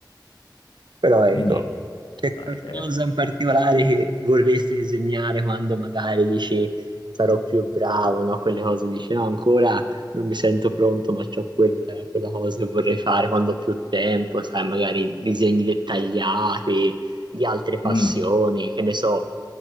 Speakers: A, on the right (about 70°); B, on the left (about 85°).
A: Però ecco,
B: E niente,
A: c'è
B: dai,
A: qualcosa
B: eh.
A: in particolare che vorresti disegnare quando magari dici sarò più bravo, no? Quelle cose dici no, ancora non mi sento pronto, ma c'ho quel- quella cosa che vorrei fare quando ho più tempo, sai, magari disegni dettagliati di altre passioni,
B: Mm.
A: che ne so,